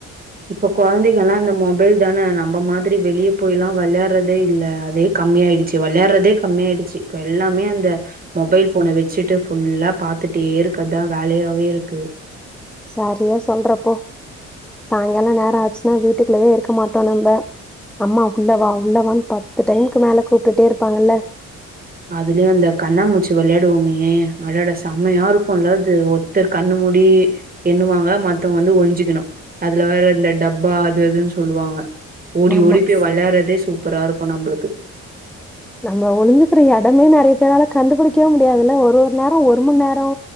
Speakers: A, on the right (about 30°); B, in the centre.
A: இப்ப கொழந்தைங்கல்லா இந்த மொபைல் தான நம்ப மாதிரி வெளிய போய் எல்லா வெளையாட்றதே இல்ல அதே கம்மியாய்டுச்சு வெளையாட்றதே கம்மியாய்டுச்சு இப்ப எல்லாமே அந்த மொபைல் ஃபோனை வெச்சுட்டு ஃபுல்லா பாத்துட்டே இருக்கத்தா வேலையாவே இருக்கு.
B: சரியா சொல்ற போ சாய்ங்கால நேரோ ஆச்சுனா வீட்டுக்குள்ளயே இருக்க மாட்டோ நம்ப. அம்மா உள்ளவா உள்ளவான் பத்து டைம்க்கு மேல கூப்டுட்டே இருப்பாங்கல்ல.
A: அதுலியு அந்த கண்ணாாமூச்சு வெளையாடுவோமே அடடா செமையாருக்கு இல்ல அது ஒர்த்தர் கண்ணு மூடி. எண்ணுவாங்க மத்தவங்க வந்து ஒளிஞ்சிக்குணு அதுல வேற இந்த டப்பா அது அதுன் சொல்லுவாங்க. ஓடி
B: ஆமா
A: ஓடி போய்
B: ஸ்-
A: வெளையாட்றதே சூப்பராருக்கு நம்புளுக்கு.
B: நம்ம ஒளிஞ்சுக்கிற எடமே நெறைய பேரால கண்டுபிடிக்கவே முடியாதுல்ல ஒரு ஒரு நேரோ ஒரு மண் நேரோ.